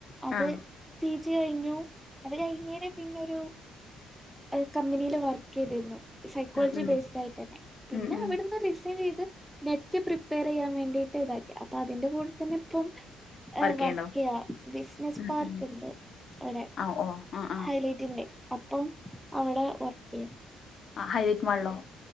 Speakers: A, in the centre; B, on the left (about 45°).
A: അത്
B: ആഹ്
A: പി ജി കഴിഞ്ഞു അത് കഴിഞ്ഞേരെ പിന്നൊരു ഇഹ് കമ്പനില് വർക്കെയ്തീന്നു സൈക്കോളജി
B: ആഹ് ആഹ്
A: ബേസ്ഡായിട്ടന്നെ പിന്നെ
B: ഉം ഉം
A: അവിടുന്ന് റിസൈൻ ചെയ്ത് ത്ത് പ്രിപ്പെയർ ചെയ്യാൻ വേണ്ടീട്ട് ഇതാക്കി അപ്പൊ അതിന്റെ കൂടെ തന്നെ ഇപ്പം ആഹ്
B: വർക്ക്
A: വർക്കെയ്യാ
B: ചെയ്യ്ണ്ടോ
A: ബിസ്നസ്
B: ഉം
A: പാർക്ക്
B: ഉം
A: ഇണ്ട് അവിടെ
B: ആഹ് ഓ ആഹ്
A: ഹൈലൈ റ്റ്ല് അപ്പം അവടെ വർക്കെയ്യാ
B: ആഹ് ഹൈലൈറ്റ് മാളിലോ